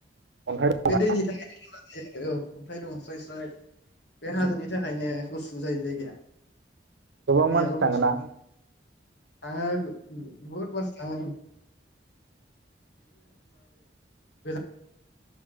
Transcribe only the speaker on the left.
बे दैनि थाखायनो <unintelligible> जे औ अन्थाइ दं स्राय स्राय बे हाजोनि थाखायनो गुसु जायो जायगाया
दैयाबो
गुसु थाङो बुहुत मानसि <unintelligible>